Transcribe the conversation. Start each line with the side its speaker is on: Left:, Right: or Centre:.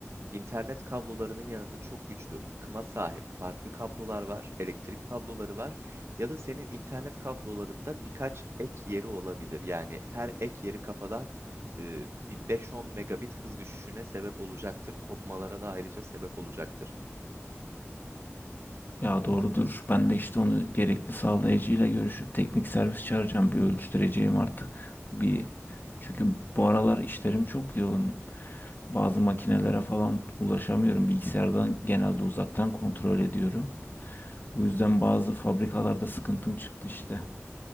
Right: İnternet kablolarının yanında çok güçlü kıma sahip farklı kablolar var, elektrik kabloları var ya da senin internet kablolarında birkaç ek yeri olabilir. Yani her ek yeri kafadan e, bir beş-on megabit hız düşüşüne sebep olacaktır. Kopmalara da ayrıca sebep olacaktır.
Left: Ya doğrudur. Ben de işte onu gerekli sağlayıcıyla görüşüp teknik servis çağıracağım. Bir ölçtüreceğim artık. Bir çünkü bu aralar işlerim çok yoğun. Bazı makinelere falan ulaşamıyorum. Bilgisayardan genelde uzaktan kontrol ediyorum. Bu yüzden bazı fabrikalarda sıkıntım çıktı işte.